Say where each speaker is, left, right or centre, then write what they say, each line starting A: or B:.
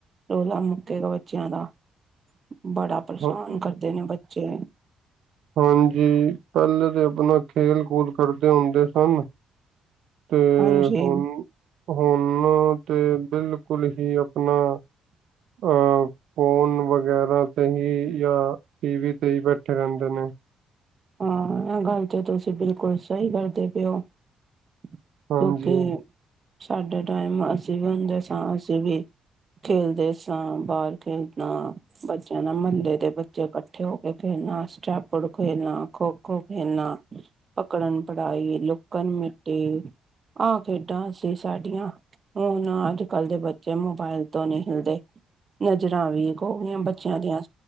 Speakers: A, on the right; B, on the right.
A: ਰੌਲਾ ਮੁੱਕਗਾ ਬੱਚਿਆਂ ਦਾ ਬੜਾ ਪਰੇਸ਼ਾਨ
B: ਹਾਂ-
A: ਕਰਦੇ ਨੇ ਬੱਚੇ
B: ਹਾਂਜੀ। ਪਹਿਲੇ ਤਾਂ ਆਪਣਾ ਖੇਲ ਕੂਦ ਕਰਦੇ ਹੁੰਦੇ ਸਨ ਤੇ
A: ਹਾਂਜੀ।
B: ਹੁਣ ਹੁਣ ਤੇ ਬਿਲਕੁਲ ਹੀ। ਆਪਣਾ ਅ ਫੋਨ ਵਗੈਰਾ ਤੇ ਹੀ ਜਾਂ ਟੀ ਵੀ ਤੇ ਹੀ ਬੈਠੇ ਰਹਿੰਦੇ ਨੇ।
A: ਹਾਂ ਇਹ ਗੱਲ ਤੇ ਤੁਸੀਂ ਬਿਲਕੁਲ ਸਹੀ ਕਰਦੇ ਪਏਓ। ਕਿਉਂਕਿ
B: ਹਾਂਜੀ
A: ਸਾਡਾ ਟਾਈਮ ਅਸੀਂ ਵੀ ਹੁੰਦੇ ਸਾਂ ਅਸੀਂ ਵੀ ਖੇਲਦੇ ਸਾਂ ਬਾਹਰ ਖੇਲਦਾ। ਬੱਚਿਆਂ ਨਾਲ ਮਹੱਲੇ ਦੇ ਬੱਚੇ ਇਕੱਠੇ ਹੋ ਕੇ ਖੇਲਣਾ ਸਟੈਪ ਖੇਲਣਾ। ਖੋ-ਖੋ ਖੇਲਣਾ, ਪਕੜਨ ਪੜਾਈ ਲੁਕਣ ਮਿੱਟੀ। ਆਹ ਖੇਡਾਂ ਸੀ ਸਾਡੀਆਂ। ਹੁਣ ਅੱਜ ਕੱਲ੍ਹ ਦੇ ਬੱਚੇ ਮੋਬਾਇਲ ਤੋਂ ਨਹੀਂ ਹਿਲਦੇ ਨਜ਼ਰਾਂ ਵੀ। ਹੋ ਗਈਆਂ ਬੱਚਿਆਂ ਦੀਆਂ,